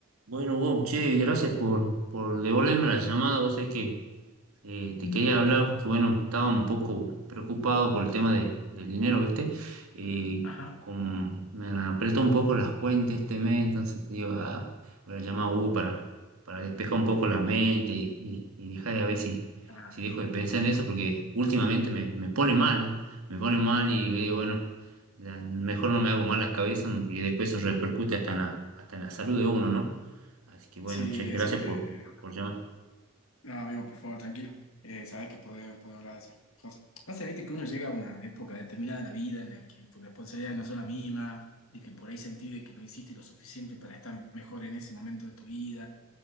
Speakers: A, on the right; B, on the left.
A: Bueno, Hugo, che, gracias por, por devolverme la llamada. Vos sabés que eh, te
B: Mm,
A: quería hablar porque, bueno, estaba un poco preocupado por el tema de- del dinero, ¿viste? Eh,
B: Ajá.
A: como me han apretado un poco las cuentas este mes, entonces digo, ah, voy a llamar a Hugo para, para despejar un poco la mente y, y, y dejar de a ver si,
B: Ah,
A: si dejo de pensar en eso, porque últimamente me, me pone mal, me pone mal y digo, bueno, la- mejor no me hago mal la cabeza, ¿no? porque después eso repercute hasta en la, hasta en la salud de uno, ¿no? Así que bueno,
B: Sí,
A: che, gracias
B: eso te...
A: por, por llamar.
B: No, amigo, por favor, tranquilo. Eh, sabes que podemos podemos hablar de esas cosas. Pasa, viste, que uno llega a una época determinada de la vida en la que tus responsabilidades no son las mismas, de que por ahí sentís de que no hiciste lo suficiente para estar mejor en ese momento de tu vida.